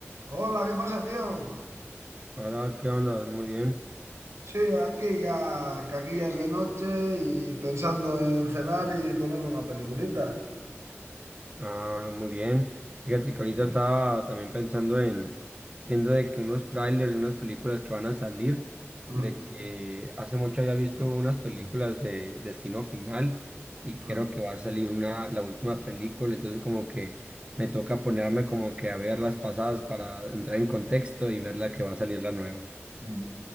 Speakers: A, on the right; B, on the right.
A: Hola, ¿qué pasa, tío?
B: Hola, ¿qué onda? Muy bien.
A: Sí, aquí ya, que aquí ya es de noche y pensando en cenar y ponerme una peliculita.
B: Ah, muy bien. Fíjate que ahorita estaba también pensando en viendo de que unos trailers de unas películas que van a salir,
A: Mm,
B: de que hace mucho había visto unas películas de Destino Final y creo
A: mm,
B: que va a salir una, la última película, entonces como que me toca ponerme como que a ver las pasadas para entrar en contexto y ver la que va a salir la nueva.
A: mm.